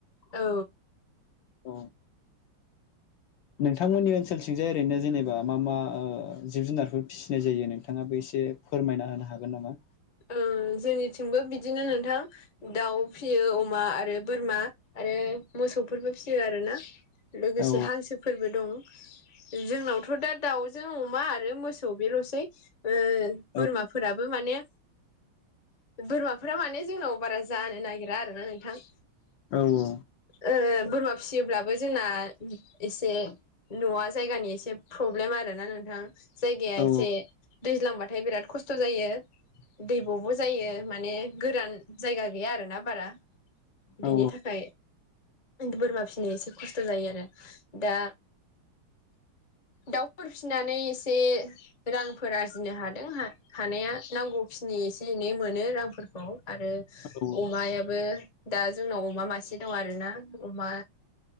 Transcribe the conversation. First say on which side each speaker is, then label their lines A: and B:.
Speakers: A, on the left; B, on the left.
A: औ
B: औ नोंथांमोननि ओनसोलथिंजाय ओरैनो जेनेबा मा मा जिब जुनारफोर सिनाय जायो नोंथाङाबो एसे फोरमायना होनो हागोन नामा?
A: ओं जोंनिथिंबो बिदिनो नोंथां दाउ फिसियो अमा आरो बोरमा आरो मोसौफोरबो फिसियो आरोना। लोगोसे
B: औ
A: हांसोफोरबो दं जोंनावथ' दा दाउजों अमा आरो मोसौ बेल'सै ओ
B: औ
A: बोरमाफोराबो माने बोरमाफोरा माने जोंनाव बारा जानो नागिरा आरोना नोंथां।
B: औ औ
A: ओ बोरमा फियोब्लाबो जोंना एसे न'आ जायगानि एसे प्रब्लेम आरो ना नोंथां। जायगाया
B: औ
A: एसे दैज्लांबाथाय बिराद खस्थ' जायो। दैबब जायो माने गोरान जायगा गैया आरोना बारा। बिनि
B: औ
A: थाखाय बोरमा फिसिनाया एसे खस्थ' जायो आरो दा। दाउफोर फिसिनानै एसे रांफोर आरजिनो हादों हानाया नांगौ नि एसे एनै मोनो रांफोरखौ आरो
B: औ
A: अमाया बो दा जोंनाव अमा मासे दं आरोना अमा।